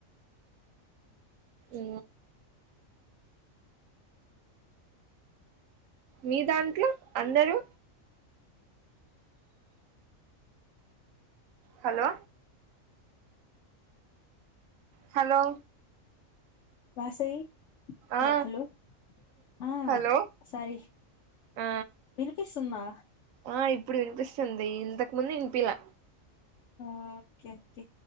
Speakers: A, on the right (about 80°); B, on the left (about 65°).
A: ఉ మీ దాంట్లో అందరూ హలో హలో
B: వాసవి
A: ఆ
B: హలో ఆ
A: హలో
B: సారీ
A: ఆ
B: వినిపిస్తున్నా
A: ఆ ఇప్పుడు వినిపిస్తుంది ఇంతకు ముందు వినిపిలా
B: ఓకే ఓకే